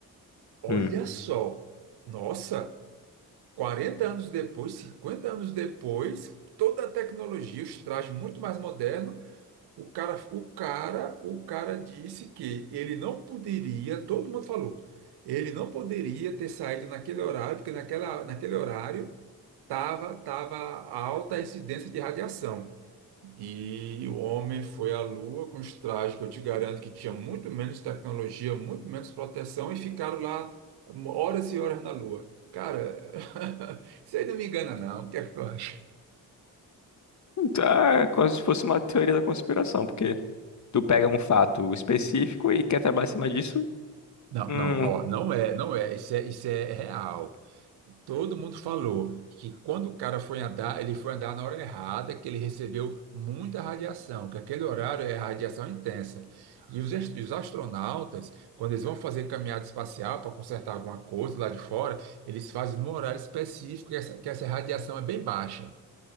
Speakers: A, on the right; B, on the left.
A: Olha
B: Hum.
A: só, nossa. 40 anos depois, 50 anos depois, toda a tecnologia, os trajes muito mais modernos, o cara, o cara, o cara disse que ele não poderia, todo mundo falou, ele não poderia ter saído naquele horário, porque naquela, naquele horário tava, tava alta a incidência de radiação. E o homem foi à Lua com os trajes que eu te garanto que tinha muito menos tecnologia, muito menos proteção, e ficaram lá horas e horas na Lua. Cara, <laughs> isso aí não me engana, não. O que é que tu acha?
B: Tá, é como se fosse uma teoria da conspiração, porque tu pega um fato específico e quer trabalhar em cima disso,
A: Não,
B: hum,
A: não, ó, não é, não é, isso é, isso é real. Todo mundo falou que quando o cara foi andar, ele foi andar na hora errada, que ele recebeu muita radiação, que aquele horário é radiação intensa. E os, ast- os astronautas, quando eles vão fazer caminhada espacial para consertar alguma coisa lá de fora, eles fazem num horário específico que essa, que essa radiação é bem baixa.